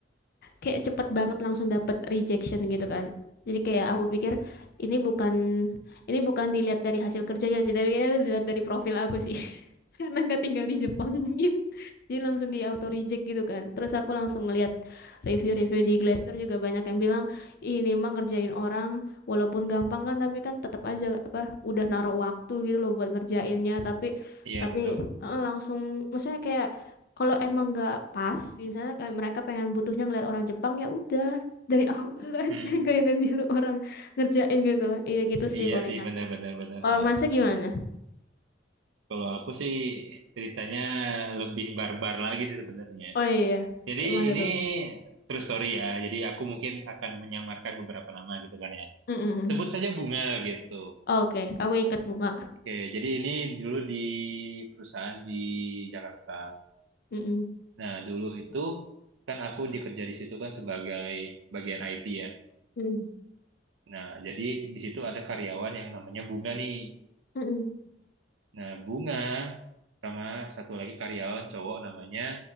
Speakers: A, on the left; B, on the right.
A: kayak cepet banget langsung dapet rejection gitu kan. Jadi kayak aku pikir ini bukan ini bukan dilihat dari hasil kerjanya sih, tapi kayaknya dilihat dari profil aku sih. <laughs> Karena nggak tinggal di Jepang <laughs> jadi langsung di auto reject gitu kan. Terus aku langsung ngeliat review-review di Glassdoor juga banyak yang bilang "Ih, ini mah ngerjain orang walaupun gampang kan tapi kan tetap aja apa udah naruh waktu gitu loh buat ngerjainnya tapi
B: Iya
A: tapi
B: betul.
A: eh, langsung maksudnya kayak kalau emang nggak pas misalnya kayak mereka pengen butuhnya ngeliat orang Jepang ya udah dari awal <laughs> aja
B: Mm.
A: nggak yang nyuruh orang ngerjain gitu iya gitu sih
B: Iya
A: palingan
B: sih, benar-benar benar. benar, benar,
A: kalau
B: Ha.
A: masih gimana
B: Kalau aku sih ceritanya lebih barbar lagi sih sebenarnya.
A: oh iya
B: Jadi
A: gimana
B: ini
A: tuh
B: true story ya. Jadi aku mungkin akan menyamarkan beberapa nama gitu kan ya.
A: Mm-mm.
B: Sebut saja bunga gitu.
A: oke aku ingat bunga
B: Oke, jadi ini dulu di perusahaan di Jakarta.
A: Mm-mm.
B: Nah, dulu itu kan aku dikerja di situ kan sebagai bagian IT ya.
A: Mm-mm.
B: Nah, jadi di situ ada karyawan yang namanya Bunga nih.
A: Mm-mm.
B: Nah, Bunga sama satu lagi karyawan cowok namanya,